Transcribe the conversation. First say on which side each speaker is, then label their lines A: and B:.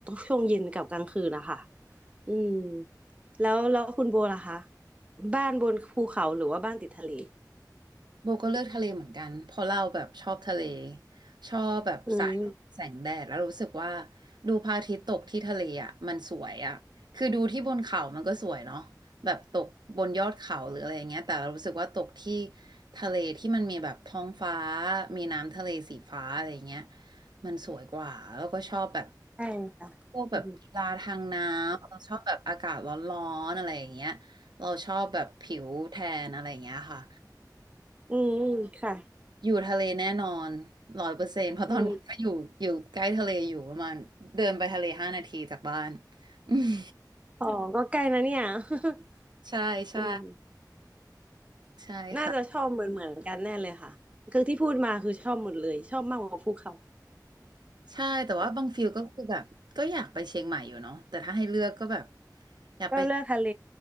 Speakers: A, on the right; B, on the right.
A: ช่วงเย็นกับกลางคืนนะคะอืมแล้วแล้วคุณโบล่ะคะบ้านบนภูเขาหรือว่าบ้านติดทะเล
B: โบก็เลือกทะเลเหมือนกันเพราะเราแบบชอบทะเลชอบแบบสายแสงแดดแล้วรู้สึกว่า
A: อืม
B: ดูพระอาทิตย์ตกที่ทะเลอ่ะมันสวยอ่ะคือดูที่บนเขามันก็สวยเนาะแบบตกบนยอดเขาหรืออะไรอย่างเงี้ยแต่เรารู้สึกว่าตกที่ทะเลที่มันมีแบบท้องฟ้ามีน้ำทะเลสีฟ้าอะไรอย่างเงี้ยมันสวยกว่าแล้วก็ชอบแบบ
A: ใช่ค่ะอืม
B: พวกแบบกีฬาทางน้ำเราชอบแบบอากาศร้อนๆอะไรอย่างเงี้ยเราชอบแบบผิวแทนอะไรอย่างเงี้ยค่ะ
A: อืมค่ะ
B: อยู่ทะเลแน่นอนร้อยเปอร์เซ็นต์เพราะตอนนี้ก็อยู่อยู่ใกล้ทะเลอยู่ประมาณเดินไปทะเลห้านาทีจากบ้าน
A: อืม
B: <laughs> อืม
A: อ๋อก็ใกล้นะเนี่ย <laughs>
B: ใช่ใช่
A: อืม
B: ใช่ค่ะ
A: น่าจะชอบเหมือนเหมือนกันแน่เลยค่ะคือที่พูดมาคือชอบหมดเลยชอบมากกว่าภูเขา
B: ใช่แต่ว่าบางฟิลก็คือแบบก็อยากไปเชียงใหม่อยู่เนาะแต่ถ้าให้เลือกก็แบบอยากไป
A: ก็เลือกทะเล